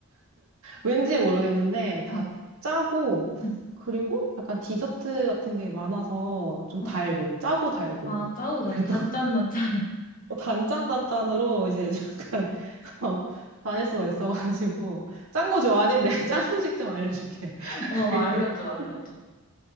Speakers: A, on the right; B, on the left.
A: 왠지 모르겠는데 다
B: 어.
A: 짜고
B: 응,
A: 그리고 약간 디저트 같은 게 많아서 좀
B: 어.
A: 달고 짜고 달고
B: 아, 짜고 나
A: 그래도
B: 단짠단짠이네.
A: 어, 단짠단짠으로 이제 약간 <laughs> 어, 다닐 수가 있어가지고 짠 거 좋아하는데 <laughs> 짠 음식 좀 알려줄게.
B: <laughs> 어,
A: <laughs>
B: 알려줘, 알려줘.